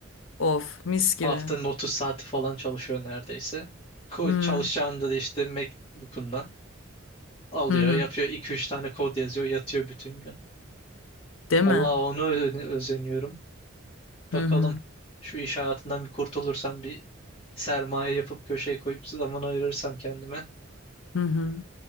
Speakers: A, on the left; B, on the left.
A: Of, mis gibi.
B: Haftanın 30 saati falan çalışıyor neredeyse. Ko-
A: Hı
B: çalışacağını da işte MacBook'undan alıyor.
A: hı. hı.
B: Yapıyor iki üç tane kod yazıyor. Yatıyor bütün gün.
A: Değil
B: Allah
A: mi?
B: onu ö- özeniyorum.
A: Hı
B: Bakalım
A: hı.
B: şu iş hayatından bir kurtulursam bir sermaye yapıp köşeye koyup zaman ayırırsam kendime
A: Hı hı.